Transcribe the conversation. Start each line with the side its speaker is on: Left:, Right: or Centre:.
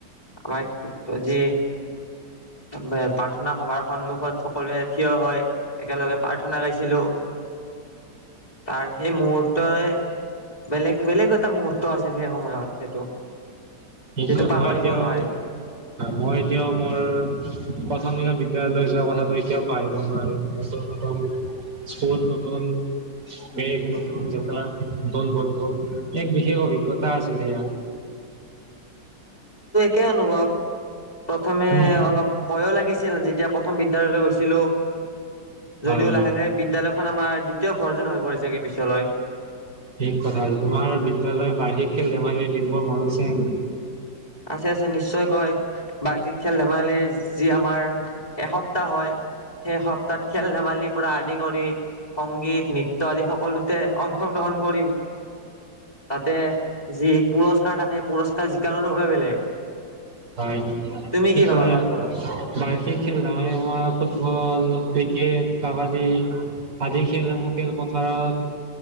Left: আমাৰ যি প্ৰাৰ্থনা সভাৰ সন্মুখীন সকলোৱে থিয় হয় একেলগে প্ৰাৰ্থনা গাইছিলোঁ তাৰ সেই মুহুৰ্তই বেলেগ বেলেগ এটা মুহূৰ্ত আছিল সেই সময়ত সেইটো
Right: কি
Left: যিটো
Right: ক
Left: পাহৰিব
Right: মই এতিয়াও
Left: নোৱাৰি
Right: মই এতিয়াও মোৰ প্ৰথম বিদ্য়ালয়লৈ যোৱা কথাটো এতিয়াও পাহিব নোৱাৰে নতুন নতুন স্কুল নতুন বেগ নতুন জোতা নতুন বন্ধু এক বিশেষ অভিজ্ঞতা আছিল সেয়া
Left: ক অনুভৱ প্ৰথমে
Right: তুমি
Left: অলপ ভয় লাগিছে <unintelligible> এতিয়া প্ৰথম বিদ্যালয়লৈ গৈছিলো
Right: হয়
Left: যদিও লাহে লাহে বিদ্য়ালয়খন আমাৰ দ্বিতীয় ঘৰ যেন হৈ পৰিছেগে পিছলৈ
Right: ঠিক কথা আ হৈছে তোমাৰ বিদ্যালয় বাৰ্ষিক খেল ধমাৰ দিনবোৰ মনছে
Left: আছে আছে নিশ্চয়কৈ বাকী খেল ধেমালিৰ যি আমাৰ এসপ্তাহ হয় সেই সপ্তাহত খেল ধেমালিৰ পৰা আদি কৰি সংগীত নৃত্য় আদি সকলোতে অংশগ্ৰহণ কৰিম তাতে যি পুৰস্কাৰ থাকে পুৰস্কাৰ <unintelligible> নহয় বেলেগ
Right: হয়,
Left: তুমি
Right: ঠিক
Left: কি ভাবা
Right: কৰে
Left: তাৰ ওপৰত
Right: বাৰ খেল মানে আমাৰ ফুটবল ক্ৰিকেট কাবাডী, আদি খেলসমূহ খেলপথাৰত,